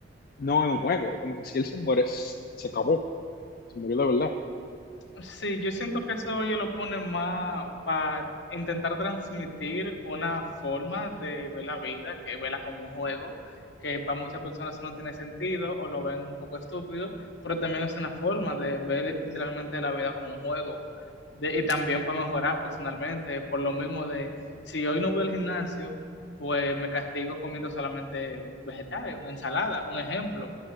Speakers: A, on the left; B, on the left.
A: no es un juego, es como que si él se muere, s- se acabó, se murió de verdad.
B: Sí, yo siento que eso ellos lo ponen más para intentar transmitir una forma de ver la vida, que verla como un juego, que para muchas personas eso no tiene sentido o lo ven un poco estúpido, pero también es una forma de ver literalmente la vida como un juego de- y también para mejorar personalmente, por lo mismo de si hoy no voy al gimnasio, pues me castigo comiendo solamente vegetales, una ensalada, un ejemplo